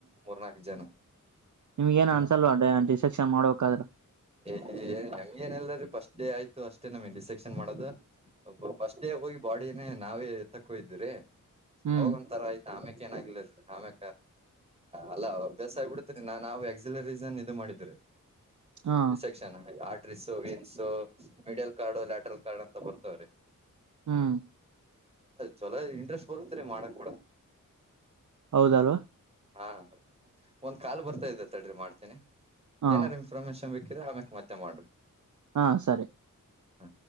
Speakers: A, on the right; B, on the right.
A: ಮೂರ್ನಾಾಲ್ಕು ಜನ
B: ನಿಮ್ಗ ಏನ
A: ಹ್ಮ್
B: ಅನ್ಸಲ್ವಾ ಡಿಸ್ಕ್ಷನ್ ಮಾಡಬೇಕಕ್ಾದ್ರ
A: ಹಂಗ ಏ ಇಲ್ದೀಫಸ್ಟ್ ಡೇ ಆಯ್ತು ಅಷ್ಟೇ ನಮ್ ಇ ಿಸೆಕ್ಷನ್ ಮಾಡೋದು ಫಸ್ಟ್ ಡೇ ಹೋಗಿ ಬಾಡಿನೇ ನಾವೇ ತಕ್ಕೊಯ್ದ್ರರಿ
B: ಹ್ಮ್
A: ಅವಾಗ ಒಂ ತರ ಆಯ್ತ ಆಮ್ಯಕ್ ಏನಾಗ್ಲ ಆಮ್ಯ ಅಲ್ಲ ಅಭ್ಯಾಸ ಆಗ್ಿಬಿಡ್ತರಿ ನಾ ನಾವು ಎಕ್ಸಿಲೀ ಇದು ಮಾಡ ಮಾಡಿದರೆ
B: ಹಾ
A: resection arteries veins medial cord lateral cord ಅಂತ ಬರ್ತವ್ರಿ
B: ಹ್ಮ್
A: ಚೊಲೋ ಇಂಟ್ರೆಸ್ಟ್ ಬರುತ್ತರಿ ಮಾಡಕ್ ಕೂಡ
B: ಹೌದಲ್ವಾ
A: ಹಾ ಒಂದ್ ಕಾಲ್ ಬರ್ತಾ ಇದ ತಡ್ರಿ ಮಾಡ್ತೀನಿ
B: ಹಾ
A: ಏನಾದಾರು ಇನ್ಫಾರ್ಮೇಶನ್ ಬ ಕ್ರ ಆಮ್ಯಕ್ ಮತ್ತೆ ಮಾಡ್ರಿ
B: ಹಾ ಸರಿ
A: ಹಾ